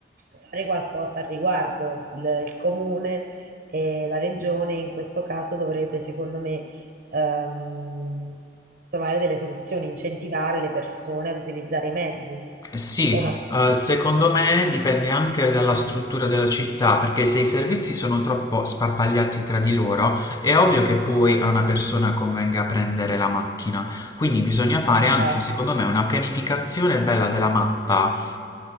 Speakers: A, on the right; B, on the left.
A: fare qualcosa al riguardo. Il, il comune e la regione in questo caso dovrebbe, secondo me, ehm, trovare delle soluzioni, incentivare le persone ad utilizzare i mezzi,
B: Eh Sì,
A: o no?
B: eh, secondo me dipende anche dalla struttura della città, perché se i servizi sono troppo sparpagliati tra di loro, è ovvio che poi a una persona convenga prendere la macchina. Quindi bisogna fare
A: Esatto,
B: anche, secondo me, una pianificazione bella della mappa